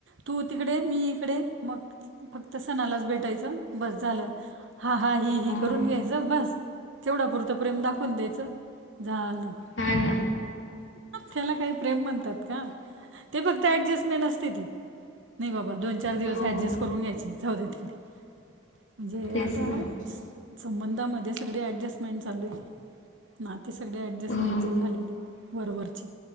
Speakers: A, on the right (about 75°); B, on the left (about 80°).
A: तू तिकडे मी. हि इकडे फक्त सणालाच भेटायचं बस झालं. हां हा ही ही
B: हो
A: करून घ्यायचं बस तेवढा पुरतं प्रेम दाखवून द्यायचं झालं.
B: हा ना.
A: त्याला काही प्रेम म्हणतात का ते फक्त ऍडजस्टमेंट असते ती. नाही बाबा दो. द चार दिवस
B: हो
A: ॲडजस्ट करून घ्यायचे जाउद्या तिकडे म्हणजे
B: तेच
A: आता.
B: ना
A: संबंधामध्ये सगळे ॲडजस्टमेंट चालू आहे नाते सगळे ॲडजस्टमेंटचे
B: हो
A: झालेले. बरोबवरचे